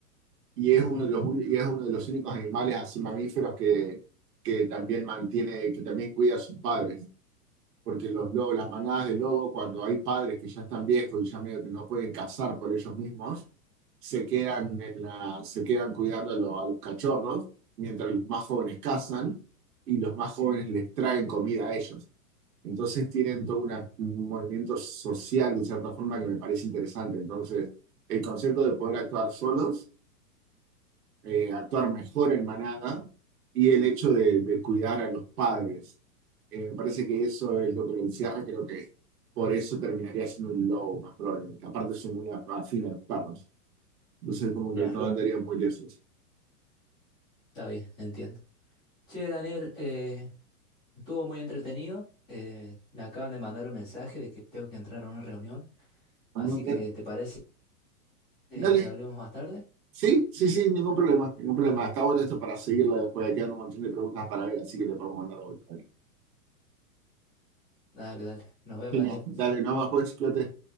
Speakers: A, on the right; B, in the centre.
A: y es
B: ujú,
A: uno de los, uni- y es uno de los únicos animales así mamíferos que, que también mantiene, que también cuida a sus padres, porque los lobos, las manadas de lobo, cuando hay padres que ya están viejos y ya medio que no pueden cazar por ellos mismos, se quedan, en la, se quedan cuidando a, lo- a los cachorros, mientras los más jóvenes cazan, y los más jóvenes les traen comida a ellos. Entonces tienen todo una- un movimiento social, de cierta forma, que me parece interesante. Entonces, el concepto de poder actuar solos, eh, actuar mejor en manada y el hecho de, de cuidar a los padres. Eh, me parece que eso es lo que lo encierra. Creo que por eso terminaría siendo un lobo más probablemente. Aparte, soy muy af- afín a los perros. Entonces, como
B: Claro,
A: que no Claro. andaría muy lejos.
B: está bien, entiendo. Che, Daniel, eh, estuvo muy entretenido. eh, me acaban de mandar un mensaje de que tengo que entrar a una reunión.
A: Vamos
B: Así que, ¿te parece eh,
A: Dale,
B: que hablemos más tarde?
A: sí, sí, sí, ningún problema, ningún problema.
B: Bueno,
A: Está bueno esto para seguirlo después. Quedan un montón de preguntas para ver, así que le podemos mandar a vuelta.
B: dale, dale. Nos vemos,
A: Genial.
B: Daniel.
A: Dale, nada más, pues, cuídate.